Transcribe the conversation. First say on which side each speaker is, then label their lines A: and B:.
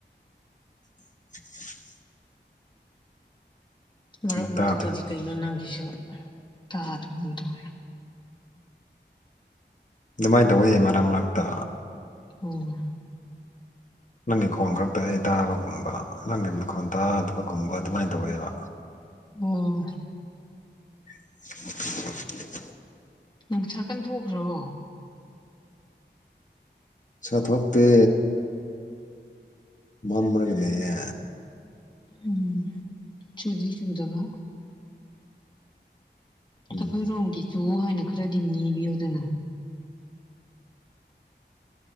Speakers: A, on the left (about 40°); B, on the left (about 25°).
A: <inaudible>
B: ꯃꯔꯛ
A: ꯑꯃꯨꯛ
B: ꯃꯔꯛꯇꯗꯤ
A: ꯇꯥꯗ꯭ꯔꯦ
B: ꯀꯩꯅꯣ ꯅꯪꯒꯤꯁꯨ ꯇꯥꯗꯕꯒꯨꯝ ꯇꯧꯋꯦ
A: ꯑꯗꯨꯃꯥꯏꯅ ꯇꯧꯋꯦ ꯃꯔꯛ ꯃꯔꯛꯇ
B: ꯎꯝ
A: ꯅꯪꯒꯤ ꯈꯣꯟ ꯈꯛꯇ ꯑꯩ ꯇꯥꯕꯒꯨꯝꯕ ꯅꯪꯒꯤ ꯃꯈꯣꯟ ꯇꯥꯗꯕꯒꯨꯝꯕ ꯑꯗꯨꯃꯥꯏꯅ ꯇꯧꯋꯦꯕ
B: ꯎꯝ
A: <unintelligible>
B: ꯅꯨꯡꯁꯥ ꯀꯟ ꯊꯣꯛꯈ꯭ꯔꯕꯣ
A: ꯁꯥ ꯊꯣꯛꯇꯦ ꯃꯥꯝꯃꯒ ꯂꯩꯌꯦ
B: ꯎꯝ ꯆꯨꯗꯤ ꯆꯨꯗꯕ ꯑꯩꯈꯣꯏ
A: ꯎꯝ
B: ꯔꯣꯝꯒꯤ ꯆꯨ ꯍꯥꯏꯅ ꯈꯔꯗꯤ ꯅꯤꯕꯤꯌꯨꯗꯅ